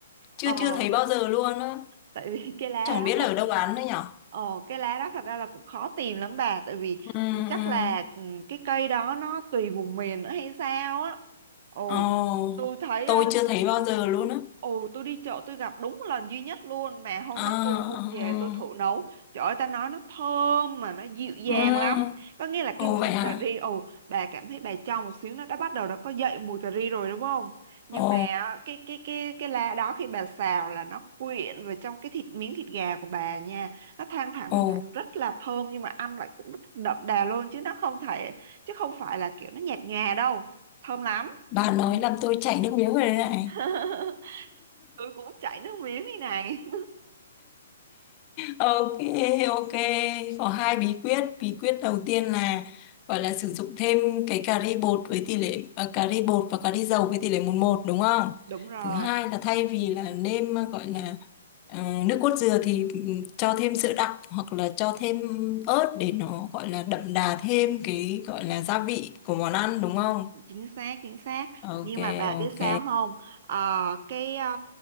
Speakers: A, on the left; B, on the right.
A: chưa
B: ờ
A: chưa thấy bao giờ luôn á
B: tại vì <laughs> cái lá
A: chẳng
B: đó
A: biết
B: là
A: là ở đâu bán nữa nhở
B: Ờ, cái lá đó thật ra là cũng khó tìm lắm bà tại vì
A: ừ
B: chắc
A: ừ
B: là ừ, cái cây đó nó tùy vùng miền nữa hay sao á ồ
A: ồ
B: tôi thấy
A: tôi
B: ờ,
A: chưa thấy bao giờ luôn á
B: Ồ, tôi đi chợ tôi gặp đúng lần duy nhất luôn mà hôm
A: à
B: đó tôi mua về
A: ừ
B: tôi thử nấu trời ơi ta nói nó thơm mà nó dịu dàng
A: ừ
B: lắm có nghĩa là
A: ồ
B: cái
A: vậy
B: bột
A: hả
B: cà ri ồ bà cảm thấy bà trong một xíu nó đã bắt đầu nó có dậy mùi cà ri rồi đúng không nhưng
A: ồ
B: mà á, cái cái cái cái lá đó khi bà xào là nó quyện vào trong cái thịt miếng thịt gà của bà nha nó thoang thoảng
A: ồ
B: thoang thoảng rất là thơm nhưng mà ăn lại cũng rất đậm đà luôn chứ nó không thể chứ không phải là kiểu nó nhạt nhòa đâu thơm lắm
A: bà nói làm tôi chảy nước miếng rồi đấy này
B: <laughs> tôi cũng chảy nước miếng như này
A: ok ok có hai bí quyết bí quyết đầu tiên là gọi là sử dụng thêm cái cà ri bột với tỷ lệ ờ, cà ri bột và cà ri dầu với tỷ lệ một một đúng không
B: Đúng rồi,
A: thứ hai là thay vì là nêm ờ, gọi là ờ, nước cốt dừa thì ừ, cho thêm sữa đặc hoặc là cho thêm ớt để nó gọi là đậm đà thêm cái gọi là gia vị của món ăn đúng không
B: chính xác, chính xác.
A: ok
B: Nhưng mà bà biết
A: ok
B: sao không? Ờ, cái, ờ,